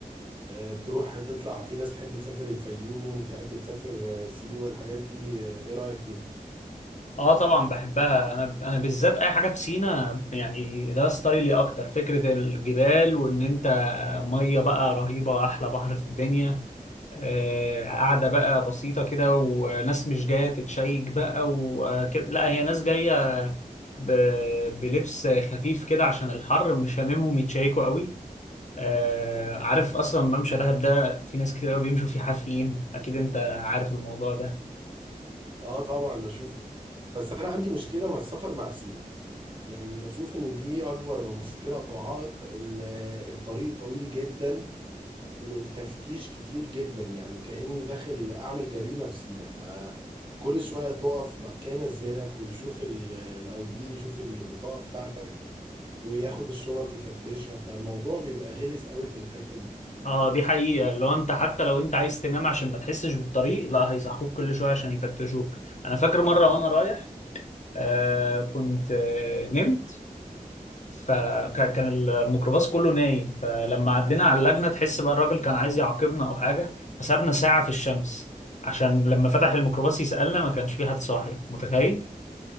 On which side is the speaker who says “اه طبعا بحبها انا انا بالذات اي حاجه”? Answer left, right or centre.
Left